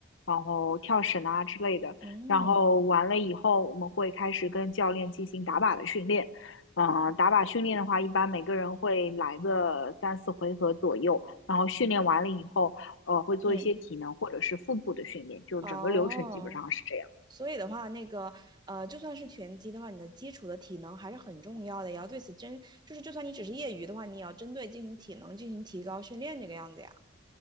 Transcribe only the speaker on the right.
嗯
嗯，
哦，所以的话，那个呃，就算是拳击的话，你的基础的体能还是很重要的，也要对此针，就是就算你只是业余的话，你也要针对进行体能进行提高训练这个样子呀。